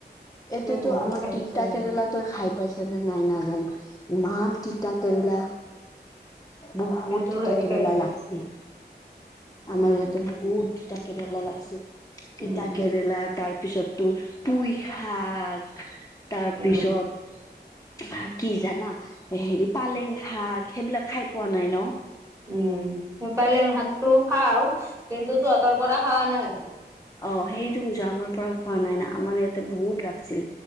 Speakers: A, on the left (about 20°); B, on the right (about 20°).
A: এইটোতো
B: বহুত
A: আমাক
B: খাইছো
A: তিতা
B: আমি
A: কেৰেলা তই খাই পাইছ নে নাই নাজানো? ইমান তিতা কেৰেলা বহুত
B: কিন্তু
A: তিতা
B: হেৰি
A: কেৰেলা
B: খাইছো
A: লাগছিল আমাৰ
B: উম
A: ইয়াতে বহুত তিতা কেৰেলা লাগছে তিতা
B: উম
A: কেৰেলা তাত তাৰপিছত তোৰ পুই শাক তাৰপিছত
B: উম
A: তহঁত কি জানা হেৰি পালেং শাক সেইবিলাক খাই পোৱা নাই ন।
B: উম উ উ উ, উম পালেং শাকটো খাও ইস্ কিন্তু তহঁতৰ পৰা খাৱা নাই আৰু
A: অ সেইটো কৈছা আমাৰ পৰা খোৱা নাই না আমাৰ ইয়াতে বহুত লাগছিল